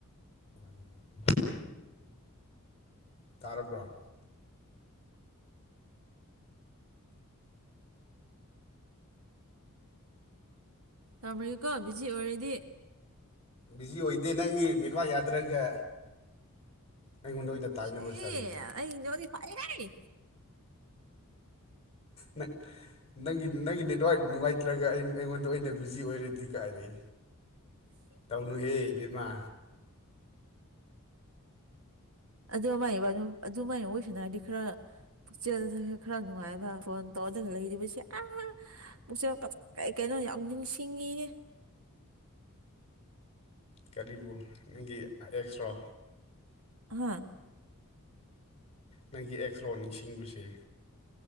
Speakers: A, on the left; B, on the right.
A: ꯍ ꯇꯥꯔꯕ꯭ꯔꯣ
B: ꯇꯥꯃꯔꯤꯀꯣ ꯕꯤꯖꯤ ꯑꯣꯏꯔꯦꯗꯤ
A: ꯕꯤꯖꯤ ꯑꯣꯏꯗꯦ ꯅꯪꯒꯤ ꯅꯦꯠꯋꯥꯛ ꯌꯥꯗ꯭ꯔꯒ ꯑꯩꯉꯣꯟꯗ ꯑꯣꯏꯅ ꯇꯥꯏꯅꯕ
B: ꯁꯤ
A: ꯁꯥꯏꯅꯦ
B: ꯑꯩ ꯅꯦꯋꯥꯗꯤ ꯐꯩꯍꯦ
A: ꯃ ꯅꯪꯒꯤ ꯅꯪꯒꯤ ꯅꯦꯠꯋꯥꯥꯛ ꯅꯨꯡꯉꯥꯏꯇ꯭ꯔꯒ ꯑꯩꯉꯣꯟꯗ ꯑꯣꯏꯅ ꯕꯤꯖꯤ ꯑꯣꯏꯔꯗꯤ ꯀꯥꯏꯔꯛꯑꯦ ꯇꯧꯅꯨꯍꯦ ꯢꯕꯦꯝꯃꯥ
B: ꯑꯗꯨꯃꯥꯏ ꯑꯗꯨꯃꯥꯏ ꯋꯥꯔꯤ ꯁꯥꯟꯅꯔꯗꯤ ꯈꯔ ꯄꯨꯛꯆꯦꯜꯗ ꯈꯔ ꯅꯨꯡꯉꯥꯏꯕ ꯐꯣꯟ ꯇꯧꯔꯗꯅ ꯂꯩꯔꯤꯕꯁꯤ ꯑꯥ ꯃꯛꯁꯦ ꯀꯩ ꯀꯩꯅꯣ ꯌꯥꯝ ꯅꯤꯡꯁꯤꯡꯉꯤꯌꯦ
A: ꯀꯔꯤꯕꯨ ꯅꯪꯒꯤ ꯑꯦꯛꯁꯔꯣ
B: ꯍꯥꯥ
A: ꯅꯪꯒꯤ ꯑꯦꯛꯁ ꯔꯣ ꯅꯤꯡꯁꯤꯡꯕꯁꯦ